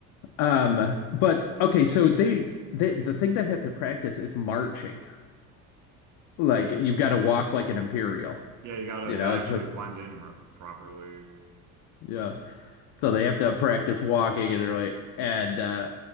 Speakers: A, on the left (about 55°); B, on the right (about 40°).
A: Um, but okay, so they, they the thing that have to practice is marching. Like you've got to walk like an imperial.
B: Yeah, you gotta
A: You
B: you
A: know,
B: gotta
A: it's
B: actually
A: a
B: blend in r properly.
A: yeah. So they have to practice walking and really, and uh